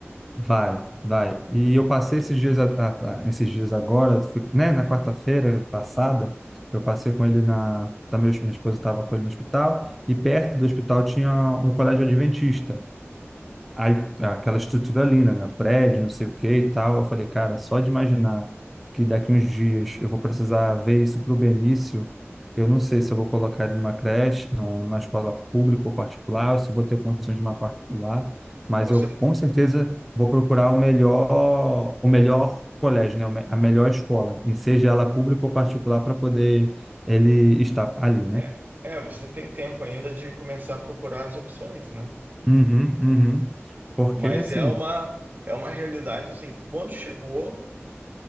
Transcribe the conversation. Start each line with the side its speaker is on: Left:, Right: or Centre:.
Centre: Vai, vai. E eu passei esses dias, a- a- a- esses dias agora, fui- né, na quarta-feira passada, eu passei com ele na, tá, meu, minha esposa estava com ele no hospital, e perto do hospital tinha um colégio adventista. Aí, aquela estrutura ali, né? né, Prédio, não sei o que e tal. Eu falei, cara, só de imaginar que daqui uns dias eu vou precisar ver isso para o Benício, eu não sei se eu vou colocar ele numa creche, numa escola pública ou particular, ou se eu vou ter condições de uma particular, mas
Right: É, Você
Centre: eu com certeza vou procurar o melhor, o melhor colégio, né? o me- A melhor escola, e seja ela pública ou particular, para poder ele estar ali, né?
Right: É, é, você tem tempo ainda de começar a procurar as opções, né?
Centre: Uhum, uhum. Porque,
Right: Mas
Centre: assim,
Right: é uma é uma realidade assim que quando chegou,